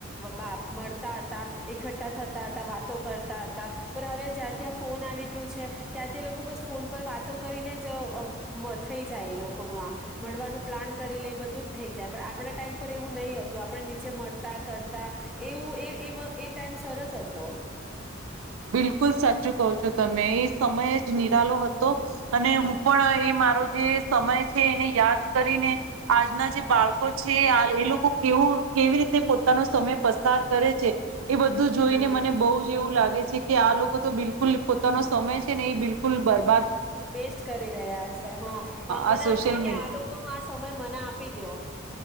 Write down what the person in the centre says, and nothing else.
બ મળતા હતા એકઠ્ઠા થતા હતા વાતો કરતા હતા પણ હવે. જ્યાં ત્યાં ફોન આવી ગયું છે ત્યાંથી લોકો બસ ફોન પર વાતો કરીને જ થઈ જાય એ લોકોનું આમ મળવાનું પ્લાન કરી લે બધું જ થઈ જાય પણ આપણા ટાઈમ પર એવું નહી હતું આપણે નીચે મળતા કરતા એવું એ એ ટાઈમ સરસ હતો.
હમ
હા
બેસ્ટ કરી રહ્યા છે હા મને
આમ થાય કે
આ લોકો ન આ સમય મને આપી દો.